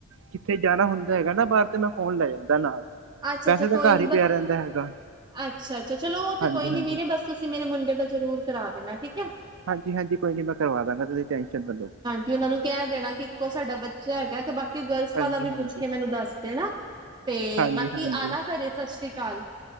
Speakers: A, on the right (about 80°); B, on the right (about 20°).
A: ਕਿੱਥੇ ਜਾਣਾ ਹੁੰਦਾ ਹੈਗਾ ਨਾ ਬਾਰ ਤੇ ਮੈਂ ਫੋਨ ਲੈ ਜਾਂਦਾ ਨਾਲ।
B: ਅੱਛਾ-ਅੱਛਾ
A: ਵੈਸੇ ਤਾਂ
B: ਕੋਈ
A: ਘਰ
B: ਨੀ
A: ਹੀ ਪਿਆ
B: ਬਸ
A: ਰਹਿੰਦਾ ਹੈਗਾ
B: ਅੱਛਾ-ਅੱਛਾ ਚਲੋ ਓ ਤੇ
A: ਹਾਂਜੀ
B: ਕੋਈ
A: ਹਾਂਜੀ
B: ਨੀ ਵੀਰੇ ਬਸ ਤੁਸੀਂ ਮੇਰੇ ਮੁੰਡੇ ਦਾ ਜ਼ਰੂਰ ਕਰਾ ਦੇਣਾ ਠੀਕ ਐ।
A: ਹਾਂਜੀ-ਹਾਂਜੀ ਕੋਈ ਨੀ ਮੈਂ ਕਰਵਾ ਦਾਂਗਾ ਤੁਸੀਂ ਟੈਂਨਸ਼ਨ ਨਾ ਲੋ।
B: ਵੀ ਓਨਾਂ ਨੂੰ ਕੈ ਦੇਣਾ ਕੀ ਇੱਕੋ ਸਾਡਾ ਬੱਚਾ ਹੈਗੈ ਤੇ ਬਾ ਕੀ ਗਰਲਸ
A: ਹਾਂਜੀ
B: ਵਾਲਾ ਵੀ
A: ਹਾਂਜੀ
B: ਪੁੱਛ ਕੇ ਮੈਨੂੰ ਦੱਸ ਦੇਣਾ ਤੇ
A: ਹਾਂਜੀ
B: ਬਾਕੀ
A: ਹਾਂਜੀ
B: ਆਣਾ ਘਰੇ ਸਸ ਸ੍ਰੀ ਕਾਲ।